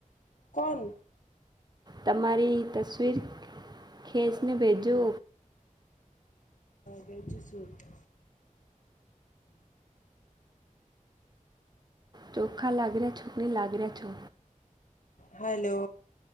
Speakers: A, on the left (about 65°); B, on the right (about 30°).
A: કોન?
B: તમારી તસવીર ખેંસને ભેજો.
A: વેજુ સૂટ.
B: ચોખ્ખા લાગરા છો કે ની લાગર્યા છો?
A: Hello